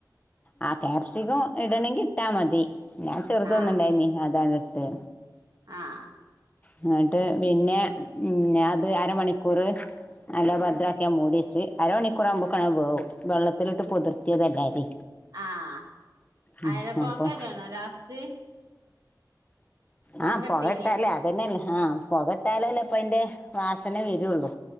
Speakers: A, on the left; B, on the right.
A: ആഹ് ക്യാപ്സികം ഇടണെങ്കി ഇട്ടാമതി ഞാൻ ചെറുതൊന്ന്
B: ആഹ്
A: ഇണ്ടായിനി അതാണ് ഇട്ടെ
B: ആഹ്
A: ഇന്നട്ട് പിന്നെ ഉം ഞാൻ ഇത് അരമണിക്കൂറ് നല്ല ഭദ്രാക്കിയാ മൂടിവെച്ചി അരമണിക്കൂർ ആവുമ്പോക്കണ വേവും വെള്ളത്തിലിട്ട് പുതിർത്തിയതല്ലേ അരി
B: ആഹ്
A: ഉം,
B: അയല പൊകടണോ
A: അപ്പൊ
B: ലാസ്റ്റ് പൊക
A: ആഹ് പൊകട്ടാല്
B: ഇട്ടീനി
A: അതന്നെയല്ലേ ആഹ് പുകട്ടാലല്ലേ ഇപ്പ അയിന്റെ വാസന വരുള്ളു